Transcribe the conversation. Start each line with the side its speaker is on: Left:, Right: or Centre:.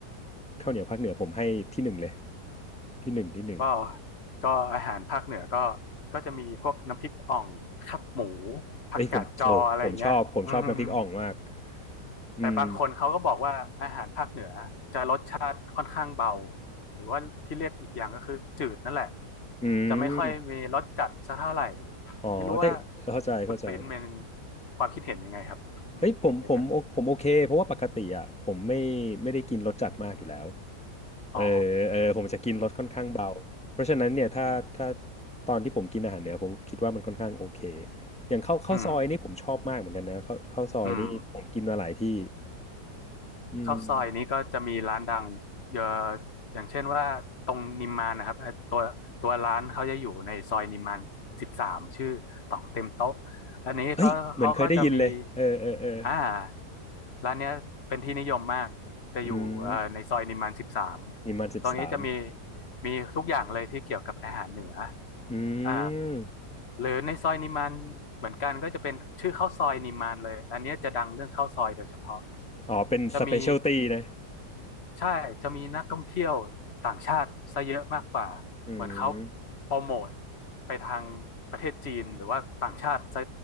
Centre: ข้าวเหนียวภาคเหนือผมให้ที่หนึ่งเลย ที่หนึ่งที่หนึ่ง
Left: ก็ก็อาหารภาคเหนือก็ก็จะมีพวกน้ำพริกอ่องขับหมูผักกาดจออะไรอย่างเงี้ยอืม
Centre: เอ้ยผมโอ้ผมชอบผมชอบน้ำพริกอ่องมากอืม
Left: แต่บางคนเขาก็บอกว่าอาหารภาคเหนือจะรสชาติค่อนข้างเบาหรือว่าที่เรียกอีกอย่างก็คือจืดนั่นแหละ
Centre: อื
Left: จะไม่ค่อยมีรสจัดซะเท่าไหร่
Centre: มอ๋อแต่เข้าใจเข้าใจ
Left: ไม่รู้ว่าคุณปริ้นเป็นความคิดเห็นยังไงครับอืมในเรื่องนี้
Centre: เฮ้ยผมผมโอผมโอเคเพราะว่าปกติอ่ะผมไม่ไม่ได้กินรสจัดมากอยู่แล้วเออเออผมจะกินรสค่อนข้างเบาเพราะฉะนั้นเนี่ยถ้าถ้า
Left: อ๋ออืม
Centre: ตอนที่ผมกินอาหารเหนือผมคิดว่ามันค่อนข้างโอเคอย่างข้าวข้าวซอยนี่ผมชอบมากเหมือนกันนะข้าวข้าวซอยนี่ผมกินมาหลายที่
Left: อืมอืม
Centre: อืม
Left: ข้าวซอยนี้ก็จะมีร้านดังเยอะอย่างเช่นว่าตรงนิมมานนะครับเอ่อตัวตัวร้านเขาจะอยู่ในซอยนิมมานสิบสามชื่อต่องเต็มโต๊ะอันนี้เขาเขาก็จะมี
Centre: เฮ้ยเหมือนเคยได้ยินเลยเออเออเออ
Left: อ่าร้านเนี้ยเป็นที่นิยมมากจะอยู่เอ่อในซอยนิมมานสิบสาม
Centre: อืมนิมมานสิบสาม
Left: ตรงนี้จะมีมีทุกอย่างเลยที่เกี่ยวกับอาหารเหนือ
Centre: อืม
Left: อ่าหรือในซอยนิมานเหมือนกันก็จะเป็นชื่อข้าวซอยนิมานเลยอันเนี้ยจะดังเรื่องข้าวซอยโดยเฉพาะ
Centre: อ๋อ เป็นสเปเชียลตี้นะ
Left: จะมีใช่จะมีนักท่องเที่ยวต่างชาติซะเยอะมากกว่า
Centre: อืม
Left: เหมือนเขาโปรโมทไปทางประเทศจีนหรือว่าต่างชาติซะ